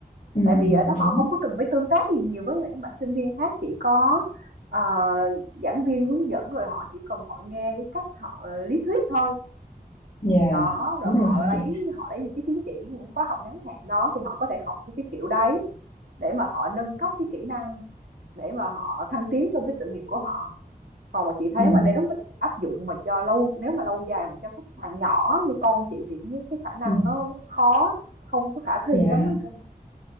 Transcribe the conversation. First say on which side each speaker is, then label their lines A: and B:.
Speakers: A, on the left; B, on the right.
A: ừ,
B: Tại vì
A: ừ,
B: ở đó
A: đúng
B: họ không có cần phải tương tác gì nhiều với những bạn sinh viên khác, chỉ có, ờ, giảng viên hướng dẫn, rồi họ chỉ cần họ nghe cái cách họ ờ, lý thuyết thôi.
A: dạ
B: Đó, rồi
A: đúng
B: họ
A: rồi hả
B: lấy
A: chị
B: họ lấy những cái chứng chỉ, những khóa học ngắn hạn đó thì họ có thể học theo cái kiểu đấy, để mà họ nâng cấp cái kỹ năng, để mà họ thăng tiến trong cái sự nghiệp của họ. Còn mà chị thấy
A: ừ,
B: mà nếu mình áp dụng mà cho lâu nếu mà lâu dài mà cho các bạn nhỏ như con chị thì thấy cái khả năng
A: ừ,
B: nó nó khó, không có khả thi
A: dạ
B: lắm á Dung.